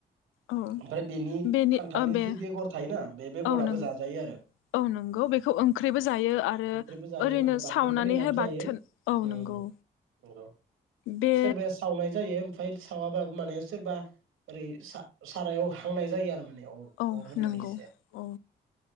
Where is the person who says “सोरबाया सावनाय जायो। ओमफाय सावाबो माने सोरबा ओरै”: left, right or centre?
Right